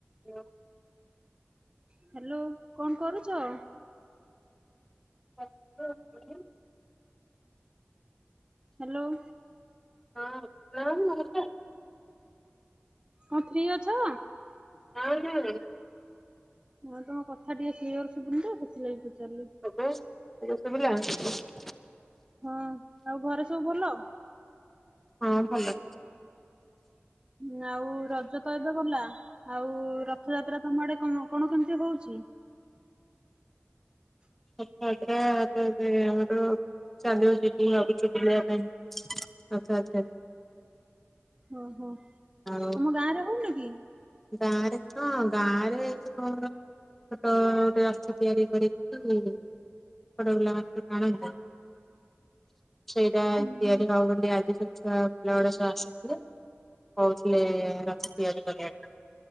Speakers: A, in the centre; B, on the right.
A: ଏବେ
B: ହ୍ୟାଲୋ କଣ କରୁଛ?
A: ବସ୍
B: ହ୍ୟାଲୋ
A: ହଁ ହଁ
B: କଁ ଫ୍ରି ଅଛ?
A: ହଁ ହଁ
B: ନାଁ ତମ କଥା ଟିକେ କ୍ଲିୟର ଶୁଭୁନି ତ ସେଥିଲାଗି ପଚାରିଲି।
A: ହ୍ୟାଲୋ। ଏବେ ଶୁଭିଲା?
B: ହଁ ଆଉ ଘରେ ସବୁ ଭଲ?
A: ହଁ ଭଲ।
B: ହଁ ଆଉ ରଜ ତ ଏବେ ଗଲା। ଆଉ ରଥଯାତ୍ରା ତମ ଆଡେ କଣ କେମିତି ହଉଛି?
A: ରଥଯାତ୍ରା ତ ଏବେ ଆମର ଚାଲିବ ଯିବୁ ଭାବୁଛୁ ବୁଲିବା ପାଇଁ। ରଥଯାତ୍ରା ରେ।
B: ଓହୋ
A: ଆଉ
B: ତମ ଗାଁ ରେ ହଉନି କି?
A: ଗାଁରେ ହଁ ଗାଁ ରେ ଯ ଛୋଟ ଗୋଟେ ରସ ତିଆରି କରି ଛୋଟ ପିଲା ମାନେ ସବୁ ଟାଣନ୍ତି ସେଇଟା
B: ହୁଁ
A: ତିଆରି
B: ହୁଁ
A: ହବ ବୋଲି ଆଜି ସେ ଛୁଆ ପିଲା ଗୁଡା ସବୁ ଆସି କହୁଥିଲେ ରଥ ତିଆରି କରିବା ପାଇଁ।